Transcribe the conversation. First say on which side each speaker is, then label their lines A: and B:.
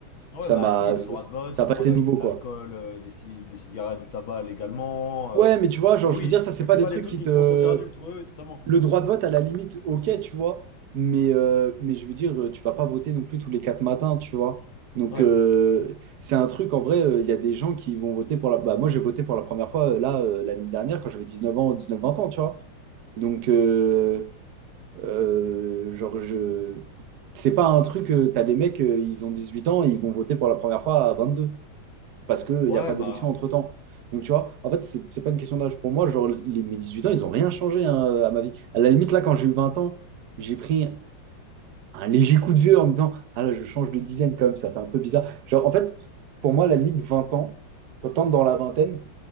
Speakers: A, on the left; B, on the right.
A: Ah
B: ça
A: Ouais, bah
B: m'a,
A: si, le
B: ça
A: droit de vote,
B: ça
A: le
B: a
A: droit
B: pas été
A: d'acheter
B: nouveau,
A: de
B: quoi.
A: l'alcool, euh, des, ci- des cigarettes, du tabac légalement.
B: Ouais,
A: euh,
B: mais tu vois, genre,
A: Mais oui,
B: je veux dire, ça, c'est
A: mais c'est
B: pas des
A: pas
B: trucs
A: des trucs
B: qui
A: qui
B: te...
A: te font sentir adulte. Oui, oui, totalement.
B: Le droit de vote, à la limite,
A: Oui,
B: ok,
A: si.
B: tu vois. Mais, euh, mais je veux dire, euh, tu vas pas voter non plus tous les quatre matins, tu vois. Donc,
A: Ouais.
B: euh, c'est un truc, en vrai, euh, il y a des gens qui vont voter pour la... Bah, moi, j'ai voté pour la première fois, euh, là, euh, l'année dernière, quand j'avais 19 ans, 19-20 ans, tu vois. Donc, euh, euh, genre, je... c'est pas un truc, euh, t'as des mecs, euh, ils ont 18 ans, ils vont voter pour la première fois à 22 parce qu'il
A: Ouais,
B: n'y a pas
A: bah.
B: d'élection entre-temps. Donc, tu vois, en fait, c'est c'est pas une question d'âge pour moi. Genre, les, mes 18 ans, ils ont rien changé hein, à ma vie. À la limite, là, quand j'ai eu 20 ans, j'ai pris un léger coup de vieux en me disant, ah là, je change de dizaine quand même, ça fait un peu bizarre. Genre, en fait, pour moi, à la limite, 20 ans, quand t'entres dans la vingtaine,